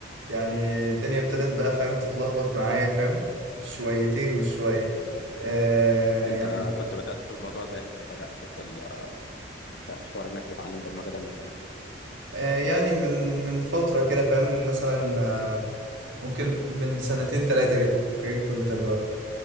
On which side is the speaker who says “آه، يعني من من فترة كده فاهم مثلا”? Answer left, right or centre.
Right